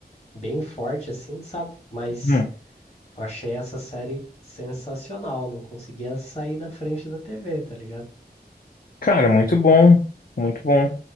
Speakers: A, on the left; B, on the left.
A: bem forte, assim, sabe? Mas
B: Hum,
A: eu achei essa série sensacional, não conseguia sair da frente da TV, tá ligado?
B: cara, muito bom, muito bom.